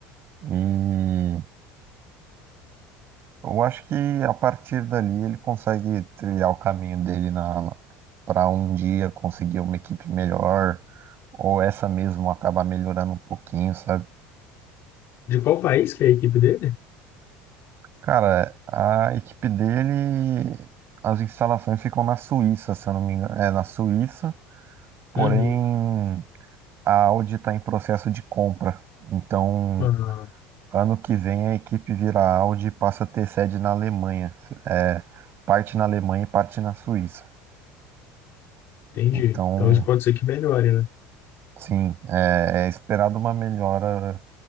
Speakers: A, on the right (about 50°); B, on the left (about 55°).
A: E eu acho que a partir dali ele consegue trilhar o caminho dele na para um dia conseguir uma equipe melhor, ou essa mesmo acabar melhorando um pouquinho, sabe?
B: De qual país que é a equipe dele?
A: Cara, a equipe dele, as instalações ficam na Suíça, se eu não me engano, é na Suíça, porém
B: Uhum.
A: a Audi está em processo de compra. Então,
B: Ah,
A: Ano que vem a equipe vira Audi e passa a ter sede na Alemanha. É, parte na Alemanha e parte na Suíça.
B: entendi.
A: Então,
B: Então isso pode ser que melhore, né?
A: sim, é, é esperado uma melhora